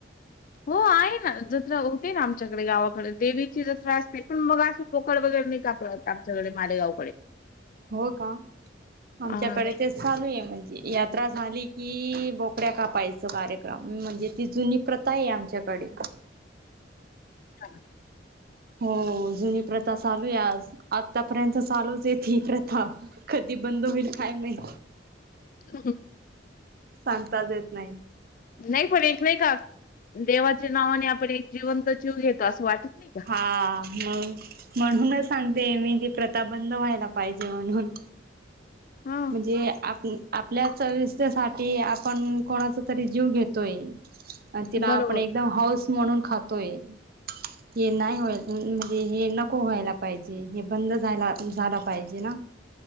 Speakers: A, on the left; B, on the right.
A: हो आहे ना जत्रा होते ना आमच्याकडे गावाकडे देवीची जत्रा असते पण मग असं बोकड वगैरे आमच्या कडे मालेगाव
B: हो का आमच्याकडे
A: हा नाही
B: तेच चालू आहे म्हणजे यात्रा झाली की बोकड्या कापायच कार्यक्रम म्हणजे ती जुनी प्रथा आहे आमच्याकडे
A: ह
B: हो जुनी प्रथा चालूय आज आतापर्यंत चालूच आहे ही प्रथा कधी बंद होईल काय नाही
A: ह
B: सांगताच येत नाही
A: नाही पण एक नाही का देवाच्या नावाने आपण एक जिवंत जिव घेतो असं वाटत नाही का?
B: हा मग म्हणूनच सांगते मी ती प्रथा बंद व्हायला पाहिजे म्हणून
A: हा
B: म्हणजे आपल्या आपल्या चविसाठी आपण कोणाचा तरी जीव घेतोय आणि तिला
A: बरोबर
B: आपण एकदम हौऊस म्हणून खातोय हे नाही व्हायला म्हणजे हे नको व्हायला पाहिजे हे बंद झाला झाला पाहिजे ना